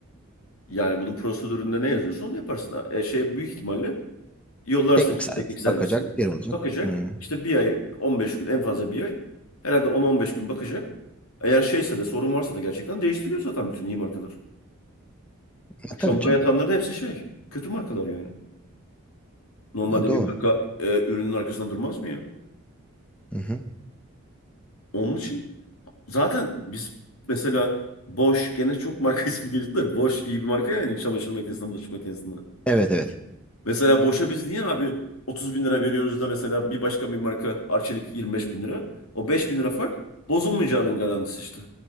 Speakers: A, on the left; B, in the centre.
A: yani bunun prosedüründe ne yazıyorsa onu yaparsın. Ha, E, şey büyük ihtimalle yollarsın
B: Teknik
A: işte
B: servis
A: teknik servisi.
B: bakacak, geri olacak.
A: Bakacak.
B: Hı.
A: İşte bir ay 15 gün en fazla bir ay. Herhalde 10-15 gün bakacak. Eğer şeyse de sorun varsa da gerçekten değiştiriyor zaten bütün iyi markalar. O
B: Ha,
A: çamura
B: tabii canım.
A: yatanların hepsi şey. Kötü markalar yani. Normalde
B: Ha, doğru.
A: bir marka e, ürünün arkasında durmaz mı ya?
B: Hı hı.
A: Onun için zaten biz mesela Bosch gene çok marka <laughs> ismi geçti de Bosch iyi bir marka yani çamaşır makinesinde, bulaşık makinesinde.
B: Evet evet.
A: Mesela Bosch'a biz niye abi 30 bin lira veriyoruz da mesela bir başka bir marka Arçelik 25 bin lira. O 5 bin lira fark bozulmayacağının garantisi işte.